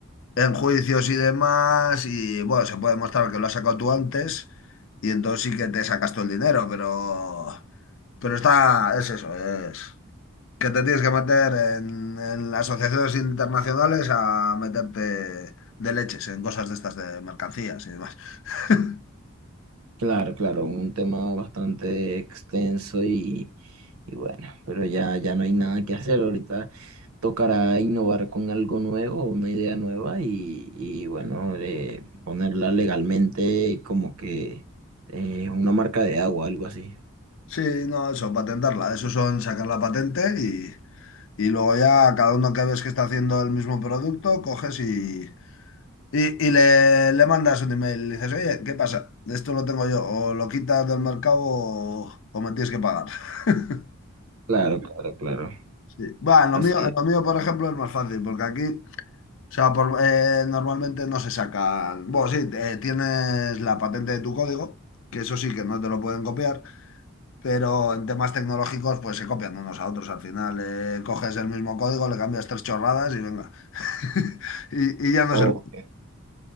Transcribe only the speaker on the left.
en juicios y demás. Y bueno, se puede demostrar que lo has sacado tú antes y entonces sí que te sacas todo el dinero, pero, pero está, es eso, es que te tienes que meter en, en las asociaciones internacionales a meterte de leches en cosas de estas de mercancías y demás. <laughs>
Sí, no, eso, patentarla. Eso son sacar la patente Y luego ya cada uno que ves que está haciendo el mismo producto, coges y, y, y le, le mandas un email. y Le dices, oye, ¿qué pasa? Esto lo tengo yo. O lo quitas del mercado o, o me tienes que pagar. <laughs>
Sí. Va, en lo
mío, en
lo mío, por ejemplo, es más fácil, porque aquí, o sea, por- eh, normalmente no se sacan. Bueno, sí, eh, tienes la patente de tu código, que eso sí que no te lo pueden copiar. Pero en temas tecnológicos, pues se copian unos a otros. Al final, eh, coges el mismo código, le cambias tres chorradas y venga. <laughs> Y, y ya no
se... <laughs>